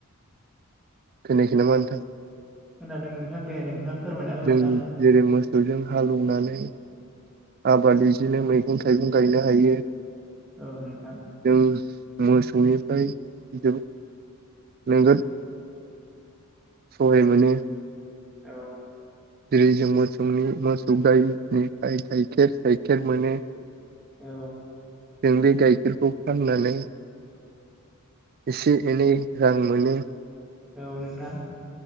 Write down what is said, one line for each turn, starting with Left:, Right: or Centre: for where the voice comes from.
Right: खोनायाखै नामा नोंथां?
Centre: खोनादों नोंथां दे नोंथाङा फोरमायना होबाय
Right: जों
Centre: था आंनो
Right: जेरै मोसौजों हालौनानै आबाद बिदिनो मैगं थाइगं गायनो हायो
Centre: औ नोंथां
Right: जों मोसौनिफ्राय जोबोद नोगोद सहाय मोनो
Centre: औ
Right: जेरै जों मोसौनि मोसौ गायनिफ्राय गाइखेर गाइखेर मोनो
Centre: औ
Right: जों बे गाइखेरखौ फाननानै एसे एनै रां मोनो
Centre: औ नोंथां